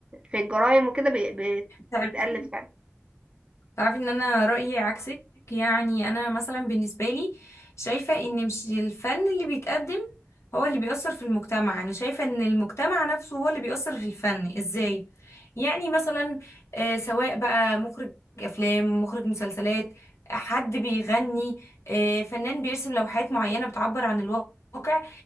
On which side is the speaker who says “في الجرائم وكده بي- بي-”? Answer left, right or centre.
Right